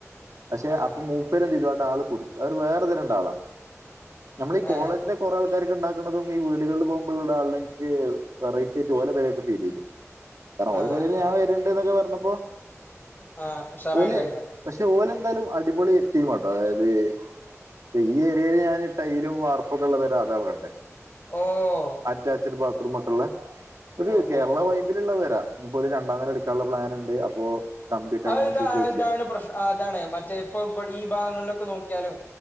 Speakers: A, on the right; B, on the left.
A: പക്ഷെ
B: ആഹ്
A: അപ്പൊ <unintelligible> ആൾ പോയി അവര് വേറെ തെരള്ള ആളാണ് നമ്മൾ ഈ കോളേജിലെ
B: ഏഹ്
A: കുറെ ആൾക്കാർക്ക് ഉണ്ടാക്ക്ണതും ഈ വീടുകളിൽ പോകുമ്പോ ടാള്ള ക്ക് വെറൈറ്റി ആയിട്ട് ഒലെ പെര പ ഫീൽ ചെയ്തെ കാരണം ഓലെ
B: ആഹ്
A: പേരെല്
B: ആഹ്
A: ഞാൻ വര്ണ്ട് ന്നൊക്കെ പറഞ്ഞപ്പോ
B: ആഹ് ഉഷറായി
A: ഓല്
B: ഉണ്ടാക്കി ണ്ടാക്ക്
A: പക്ഷെ ഓലെന്തായാലും അടിപൊളി ടീം ആട്ടോ അതായത് പ്പ ഈ ഏരിയല് ഞാന് ടൈലും വാർപ്പൊക്കൊള്ള പെര അതാ കണ്ടത്
B: ഓഹ്
A: അറ്റാച്ചഡ് ബാത്ത്റൂമക്കെള്ളെ ഒരു
B: ഓഹ്
A: കേരള
B: ഓഹ് ഓഹ്
A: വൈ വരാ ഇപ്പോ ഒര് രണ്ടാ നേരം എടുക്കാനുള്ള പ്ലാൻ ഇണ്ട് അപ്പോ കമ്പിയൊക്കെ
B: അ
A: അതിനനുസരിച്ച്
B: ഇതാ
A: വെച്ച്
B: ഇതാണ് പ്രശ് അതാണ് മറ്റേ ഇപ്പൊ വടെ ഈ ഭാഗങ്ങളിലൊക്കെ നോക്കിയാലും